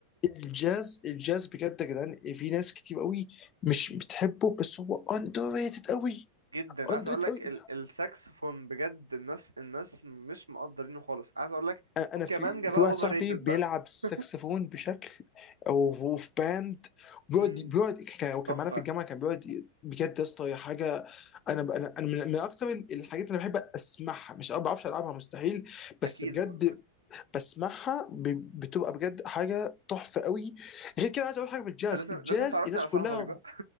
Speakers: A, on the left; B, on the right.
A: الجاز الجاز بجد يا جدعان في ناس كتير قوي مش بتحبه بس هو اندر ريتد قوي
B: <laughs> جدا عايز
A: اندر
B: اقول
A: ريتد
B: لك
A: قوي
B: ال... الساكسفون بجد الناس الناس مش مقدرينه خالص عايز اقول لك
A: انا
B: والكمانجة
A: أنا في
B: بقى
A: في واحد
B: اوفر
A: صاحبي
B: ريتد
A: بيلعب
B: بقى
A: ساكسفون
B: <laughs>
A: بشكل او هو في باند بيقعد
B: امم
A: بيقعد كان وكان
B: تحفة
A: معانا في الجامعه كان بيقعد ي- بجد يا اسطى هي حاجه انا ب- انا أنا من من اكتر الحاجات اللي أنا بحب اسمعها مش ما بعرفش العبها مستحيل بس
B: اكيد
A: بجد
B: <laughs>
A: بسمعها ب- بتبقى بجد حاجه تحفه قوي غير كده عايز اقول حاجه في الجاز
B: انت لازم
A: الجاز
B: لازم تعرفني
A: الناس
B: على صاحبك
A: كلها
B: ده